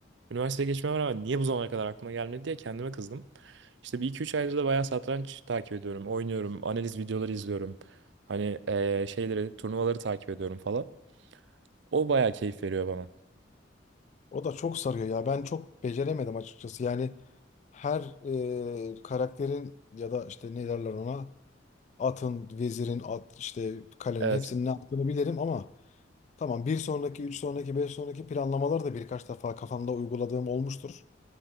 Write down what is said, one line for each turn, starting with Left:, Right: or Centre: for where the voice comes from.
Right: üniversiteye geçmeme rağmen niye bu zamana kadar aklıma gelmedi diye kendime kızdım. İşte bir iki üç aydır da bayağı satranç takip ediyorum, oynuyorum, analiz videoları izliyorum. Hani e, şeyleri, turnuvaları takip ediyorum falan. O bayağı keyif veriyor bana.
Left: O da çok sarıyor ya. Ben çok beceremedim açıkçası. Yani her e, karakterin ya da işte ne derler ona atın, vezirin, at işte kalenin
Right: Evet.
Left: hepsinin ne yaptığını bilirim ama tamam bir sonraki, üç sonraki, beş sonraki planlamaları da birkaç defa kafamda uyguladığım olmuştur.